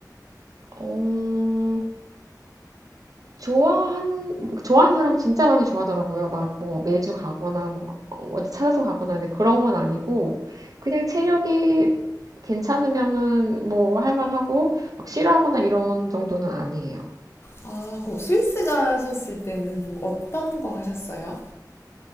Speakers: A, on the right; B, on the left.
A: 어. 좋아하는 좋아하는 사람 진짜 많이 좋아하더라고요. 막 뭐 매주 가거나 뭐 어디 찾아서 가거나 근데 그런 건 아니고 그냥 체력이 괜찮으면은 뭐 할만하고 막 싫어하거나 이런 정도는 아니에요.
B: 아, 그럼 스위스 가셨을 때는 어떤 거 하셨어요?